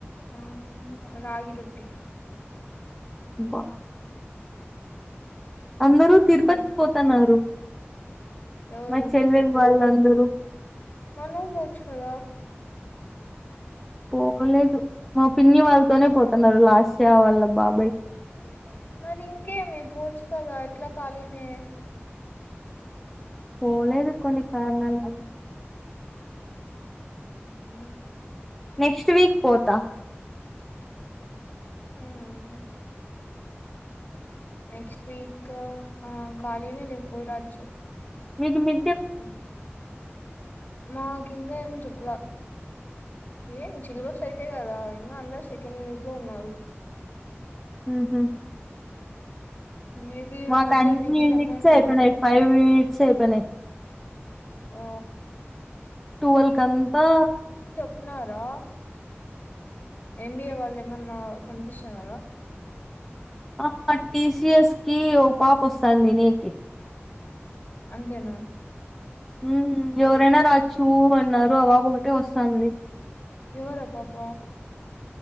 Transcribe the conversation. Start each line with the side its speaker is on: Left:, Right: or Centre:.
Left: ఆ రాగి రొట్టె
Centre: బ అందరూ తిరుపతికి
Left: ఆ
Centre: పోతన్నారు
Left: ఎవరు
Centre: మా చెల్లెల్లు వాళ్ళంతా అందరు
Left: మరి నువ్వు పోవచ్చు కదా
Centre: పోకలేదు మా పిన్ని వాళ్ళతోనే పోతున్నారు లాస్య వాళ్ళ బాబాయి
Left: మరి ఇంకేమి పోవచ్చు కదా ఎట్లా ఖాళీనే
Centre: పోలేదు కొన్ని కారణాల వల్ల
Left: ఉమ్
Centre: నెక్స్ట్ వీక్ పోతా
Left: ఉమ్ నెక్స్ట్ వీక్ ఆ ఖాళీనే లే పోయి రాచ్చు
Centre: మీకు మీ
Left: ఇ మాకు ఇంకా ఏం చొప్పులా ఏం సిల్బర్స్ అయితే కదా ఇంకా అందరు సెకండ్ యూనిట్ లో ఉన్నారు
Centre: హ హ
Left: మేబి
Centre: మా
Left: మండే
Centre: కాంటిన్
Left: నుంచి రమ్మంటున్నారు
Centre: నిట్స ప ఫైవ్ యునిట్స్ ప
Left: ఆ
Centre: వల్ క అంతా
Left: న్నారా ఎంబిఏ వాళ్ళు ఏమన్నా కనిపిస్తున్నారా
Centre: ఆ టిసఎస్ కి ఓ పాప వస్తాంది నే నకే
Left: అంతేనా
Centre: హ్మ్ ఎవరైనా రాచ్చు అన్నారు అబబు ఒకటే వస్తాంది
Left: ఎవరా పాప